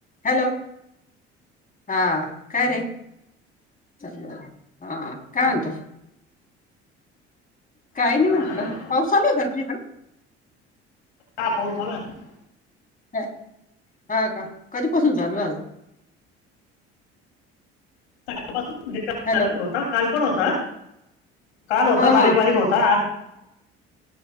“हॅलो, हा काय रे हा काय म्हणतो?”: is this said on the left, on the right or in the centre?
Left